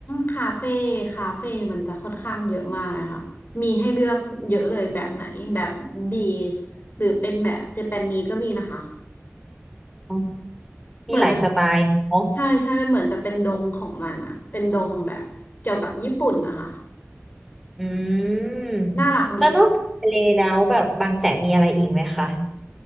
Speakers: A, on the left (about 45°); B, in the centre.
A: คาเฟ่คาเฟ่มันจะค่อนข้างเยอะมากเลยค่ะมีให้เลือกเยอะเลยแบบไหนแบบบีชหรือเป็นแบบเจแปนนีสก็มีนะคะ
B: อ๋อ
A: เหมือนมัน
B: มีหลายสไตล์เนาะ
A: ใช่ใช่มันเหมือนจะเป็นดงของมันอะเป็นดงแบบเกี่ยวกับญี่ปุ่นนะคะ
B: อืมแล้วนอกจากทะเลแล้วแบบบางแสนมีอะไรอีกไหมคะ
A: น่ารักดี